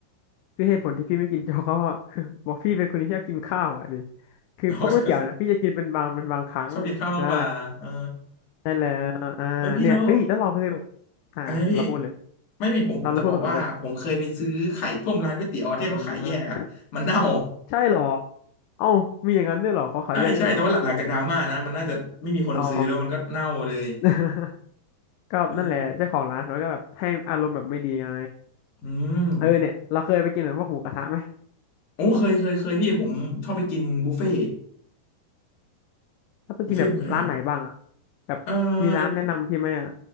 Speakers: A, on the left (about 85°); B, on the left (about 65°).
A: คือเหตุผลที่พี่ไม่กิน <laughs> โจ๊กก็คือบอกพี่เป็นคนที่ชอบกินข้าวอ่ะดิ
B: <laughs>
A: คือพวกก๋วยเตี๋ยวเนี่ยพี่จะกินเป็นบางเป็นบางครั้งใช่
B: เนาะชอบ <laughs> ชอบกินข้าวมากกว่าเออ
A: ได้แล้วอ่าเนี่ยเอ้ยแล้วเราเคยแบบ
B: เออพี่แล้ว
A: อ่าเราพูดเลย
B: อะไรนะพี่ไม่มีผมผมจะบอกว่าผมเคยไปซื้อไข่ต้มร้านก๋วยเตี๋ยวอะที่เขาขายแยกอะมันเน่า
A: เราเราพูดมาก่อนได้ไหมอ่าใช่เหรอเอ้ามีอย่างนั้นด้วยเหรอเขาขายแยกด้วยเหรอ
B: <laughs> ใช่ใช่แต่ว่าหลังหลังจากดราม่านะมันน่าจะไม่มีคนซื้อแล้วมันก็เน่าเลย
A: อ๋อ <laughs> ก็นั่นแหละเจ้าของร้านเขาก็แบบให้อารมณ์แบบไม่ดีไง
B: เอออืม
A: เออเนี่ยเราเคยไปกินแบบพวกหมูกระทะไหม
B: โอ้เคยเคยเคยพี่ผมชอบไปกินบุฟเฟ่
A: ถ้าไปกินแบบร้านไหนบ้างอะ
B: บุฟเฟ่หมูกระทะ
A: แบบมีร้านแนะนำพี่ไหมอะ
B: เออ